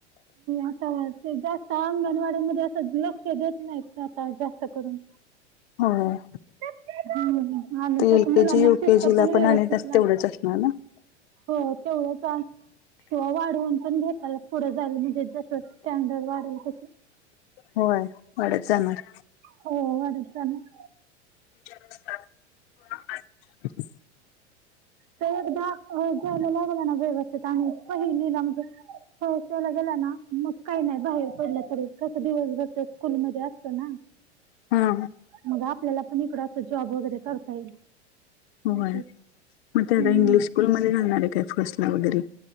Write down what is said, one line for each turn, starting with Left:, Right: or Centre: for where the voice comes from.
Right: आता ते जास्त अंगणवाडी मध्ये असते लक्ष देत नाहीत आता जास्त करून
Left: होय
Right: हम्म. आणि
Left: एल
Right: कसं मुलांना
Left: केजी यूकेजी
Right: शिस्त
Left: ला पण
Right: व्यवस्थित
Left: आणि तेवढंच
Right: लाग
Left: असणार ना
Right: हो चालेल तेवढ्याच ति वाढवून पण घे पुढं झाल म्हणजे जस स्टँडर्ड वाढेल तसं
Left: होय वाढत जाणार
Right: हो वाढत जाणार
Left: चार वाजता पूर्ण
Right: ते एकदा शाळेला लागला ना व्यवस्थित आणि पहिली ला म्हणजे गेला ना म्हणजे काही नाही बाहेर पडलं तरी कस दिवसभर स्कूल मध्ये असत ना
Left: हा
Right: मग आपल्याला पण इकड अस जॉब वगैरे करता येईल
Left: होय
Right: असं
Left: मग ते
Right: हम्म.
Left: आता इंग्लिश स्कूलमध्ये घालणार आहे काय फर्स्ट ला वगैरे